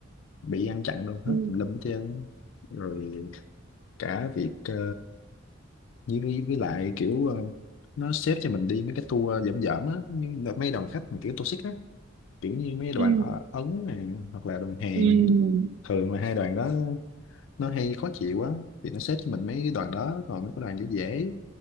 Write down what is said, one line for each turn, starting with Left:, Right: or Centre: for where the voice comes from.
Left: bị ăn chặn đâu hết
Right: ừ
Left: tùm lum hết trơn á. rồi cả việc ờ, với, với, với lại kiểu ờ, nó xếp cho mình đi mấy cái tour dởm dởm á như là mấy đoàn khách mà kiểu tour toxic á kiểu như mấy đoàn
Right: ừ
Left: ờ, Ấn này hoặc là đoàn Hàn
Right: ừ
Left: thường là hai đoàn đó nó hay khó chịu á thì nó xếp cho mình mấy cái đoàn đó còn mấy cái đoàn dễ dễ